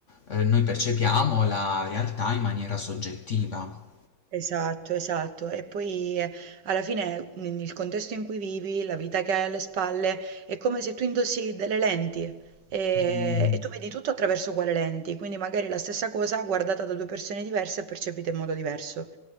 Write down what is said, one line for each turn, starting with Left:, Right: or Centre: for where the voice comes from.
Left: Eh, noi percepiamo la realtà in maniera soggettiva.
Right: Esatto, esatto. E poi eh, alla fine n- il contesto in cui vivi, la vita che hai alle spalle, è come se tu indossi delle lenti e,
Left: Mm.
Right: e tu vedi tutto attraverso quelle lenti. Quindi magari la stessa cosa guardata da due persone diverse e percepita in modo diverso.